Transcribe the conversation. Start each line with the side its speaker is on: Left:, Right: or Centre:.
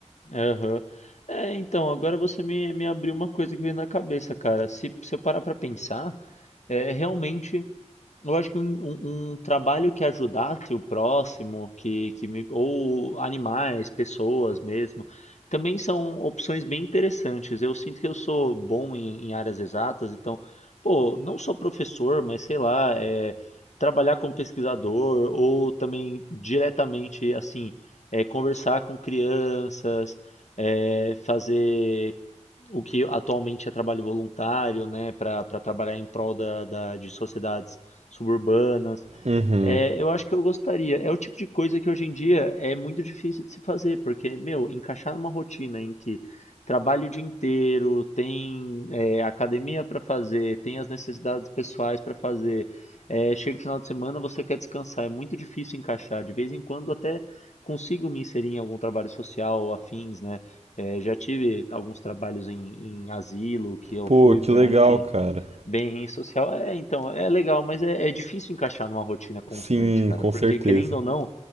Left: aham. É, então, agora você me, me abriu uma coisa que veio na cabeça, cara. Se, se eu parar pra pensar, é realmente. Eu acho que um, um- um trabalho que ajudasse o próximo, que, que me- ou animais, pessoas mesmo, também são opções bem interessantes. Eu sinto que eu sou bom em, em áreas exatas, então, pô, não só professor, mas sei lá, é, trabalhar como pesquisador ou também diretamente, assim, é, conversar com crianças, é, fazer o que atualmente é trabalho voluntário, né, para para trabalhar em prol da, da- de sociedades suburbanas.
Right: Uhum.
Left: É, eu acho que eu gostaria. É o tipo de coisa que hoje em dia é muito difícil de se fazer, porque, meu, encaixar numa rotina em que trabalho o dia inteiro, tem é, academia para fazer, tem as necessidades pessoais para fazer, é, chega o final de semana, você quer descansar, é muito difícil encaixar. De vez em quando até consigo me inserir em algum trabalho social ou afins, né? É, já tive alguns trabalhos em, em asilo que eu
Right: Pô,
Left: fui
Right: que
Left: para,
Right: legal,
Left: enfim
Right: cara.
Left: Bem social, é, então, é legal, mas é, é difícil encaixar numa rotina constante,
Right: Sim,
Left: cara,
Right: com
Left: porque
Right: certeza.
Left: querendo ou não,